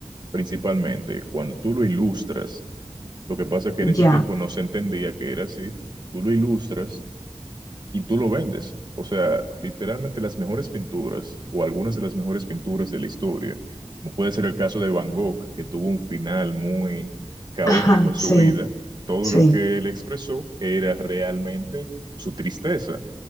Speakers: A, on the right (about 40°); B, on the left (about 30°).
A: Principalmente cuando tú lo ilustras lo que pasa es que en ese
B: ya.
A: tiempo no se entendía que era así. Tú lo ilustras y tú lo vendes. O sea, literalmente las mejores pinturas o algunas de las mejores pinturas de la historia, como puede ser el caso de Van Gogh, que tuvo un final muy caótico
B: Ajá,
A: en su
B: sí,
A: vida, todo
B: sí,
A: lo que él expresó era realmente su tristeza